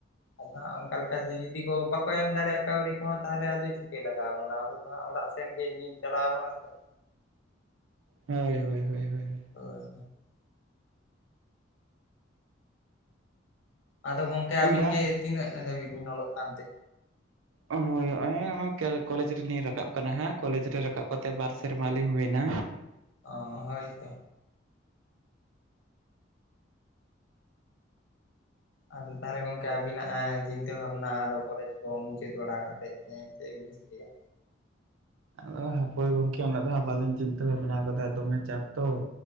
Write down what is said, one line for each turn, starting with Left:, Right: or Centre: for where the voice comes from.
Left: ᱟᱫᱚ ᱦᱟᱜ ᱚᱱᱠᱟ ᱞᱮᱠᱟ ᱡᱮ ᱤᱫᱤ ᱠᱚ ᱵᱟᱠᱚ ᱮᱢ ᱫᱟᱲᱮᱭᱟᱜᱼᱟ ᱠᱟᱹᱣᱨᱤᱼᱼ ᱢᱟ ᱛᱟᱦᱞᱮ ᱟᱫᱚᱭ ᱪᱤᱠᱟᱹᱭ ᱞᱟᱜᱟᱣ ᱵᱚᱱᱟ ᱟᱵᱚ ᱫᱚ ᱦᱟᱸᱜ ᱚᱲᱟᱜ ᱥᱮᱱ ᱜᱮ ᱧᱤᱨ ᱪᱟᱞᱟᱣ ᱵᱚᱱᱟ ᱥᱮ᱾
Right: ᱦᱳᱭ ᱦᱳᱭ ᱦᱳᱭ ᱦᱳᱭ ᱦᱳᱭ᱾
Left: ᱦᱳᱭ᱾ ᱟᱫᱚ ᱜᱚᱝᱠᱮ ᱟᱵᱤᱱ
Right: ᱵᱟᱝ
Left: ᱜᱮ ᱛᱤᱱᱟᱹᱜ ᱫᱷᱟᱹᱵᱤᱡ ᱵᱤᱱ ᱚᱞᱚᱜ ᱠᱟᱱᱛᱮ᱾
Right: ᱦᱳᱭ ᱦᱚᱸᱜ-ᱚᱭ ᱚᱸᱜ-ᱚᱭ ᱠᱮ ᱠᱚᱞᱮᱡᱽ ᱨᱮᱞᱤᱧ ᱨᱟᱠᱟᱵ ᱠᱟᱱᱟ ᱦᱟᱸᱜ ᱠᱚᱞᱮᱡᱽ ᱨᱮ ᱨᱟᱠᱟᱵ ᱠᱟᱛᱮ ᱵᱟᱨ ᱥᱮᱨ ᱢᱟ ᱞᱤᱧ ᱦᱩᱭᱱᱟ᱾
Left: ᱚᱻ ᱦᱳᱭᱛᱚ᱾ ᱟᱫᱚ ᱛᱟᱦᱞᱮ ᱜᱚᱝᱠᱮ ᱟᱵᱤᱱᱟᱜ ᱮᱸ ᱪᱤᱱᱛᱟᱹ ᱵᱷᱟᱵᱽᱱᱟ ᱟᱫᱚ ᱠᱚᱞᱮᱡᱽ ᱠᱚ ᱢᱩᱪᱟᱹᱫ ᱵᱟᱲᱟ ᱠᱟᱛᱮ ᱮᱸ ᱪᱮᱜ ᱵᱤ ᱪᱤᱠᱟᱹᱭᱟ᱾
Right: ᱟᱫᱚ ᱦᱟᱯᱚᱭ ᱜᱚᱝᱠᱮ ᱩᱱᱟᱹᱜ ᱫᱚ ᱦᱟᱸᱜ ᱵᱟᱞᱤᱧ ᱪᱤᱱᱛᱟᱹ ᱵᱷᱟᱵᱽᱵᱱᱟᱣ ᱠᱟᱫᱟ ᱫᱚᱢᱮ ᱪᱟᱯ ᱛᱚ᱾